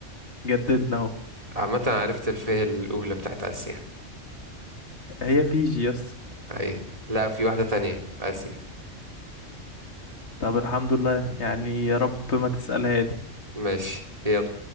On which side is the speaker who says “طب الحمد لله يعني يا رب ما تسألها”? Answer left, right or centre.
Left